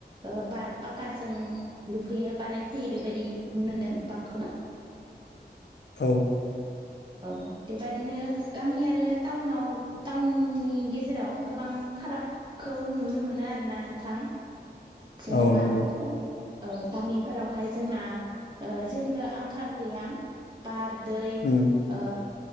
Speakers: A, on the right; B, on the left.
A: ओ बा पाकारजों लुफैयो बानायफैयो बेबायदि नुनोदों बांखौनो।
B: औ।
A: औ बेबादिनो गामि आरो टाउनाव। टाउननि गेजेराव गोबां फारागखौ नुनो मोनो आरोना नोंथां। जेनेबा
B: औ नंगौ
A: औ। गामिफोरावहाय जोंना ओ जेनिबो आंखाल गैया बार दै
B: उम
A: ओ।